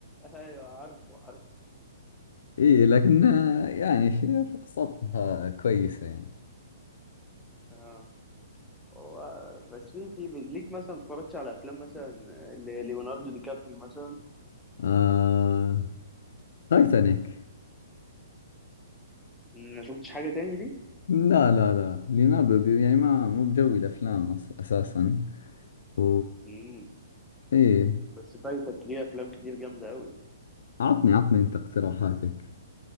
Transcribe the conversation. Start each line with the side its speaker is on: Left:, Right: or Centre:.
Centre: ايوه عارفه عارفه
Left: إي لكن آه، يعني في في قصتها كويسة يعني
Centre: اه هو بس في في ليك مثلا ما اتفرجتش على افلام مثلا آه، ل- ليوناردو دي كابريو مثلا
Left: آه تايتانيك
Centre: ما شفتش حاجه تاني ليه
Left: لا لا لا ليوناردو دي يعني ما مو بجوي الأفلام أص- أساسا و
Centre: مم.
Left: إي
Centre: بس فايتك ليه افلام كتير جامده قوي
Left: عطني عطني أنت اقتراحاتك